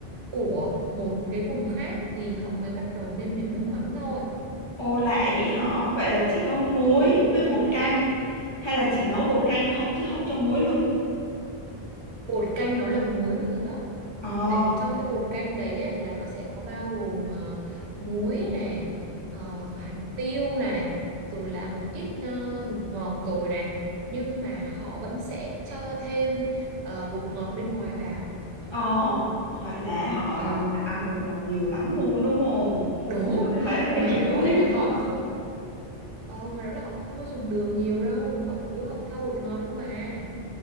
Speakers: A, on the right (about 85°); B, on the left (about 35°).
A: của một cái vùng khác thì họ mới bắt đầu nêm nếm nước mắm thôi.
B: ô lạ vậy hả? Vậy là chỉ có muối
A: Ồ,
B: với bột canh hay là chỉ nấu bột canh không chứ không cho muối luôn?
A: bột canh nó là muối luôn rồi đó.
B: Ờ,
A: Tại vì trong cái bột canh đấy ấy, là nó sẽ có bao gồm ờ, muối này, ờ, hạt tiêu này, rồi là một ít ờ, bột ngọt rồi này. Nhưng mà họ vẫn sẽ cho thêm ờ, bột ngọt bên ngoài vào.
B: ờ, vậy là họ ở
A: Ồ,
B: đó là ăn bột ngọt nhiều lắm luôn đúng không?
A: đúng.
B: Tôi thấy là
A: Ngoài
B: cái gì
A: đó
B: cũng thấy
A: ấy là
B: bột
A: họ
B: ngọt.
A: không Ờ, ngoài đó là họ không có dùng đường nhiều đâu, họ chủ yếu họ cho bột ngọt không à.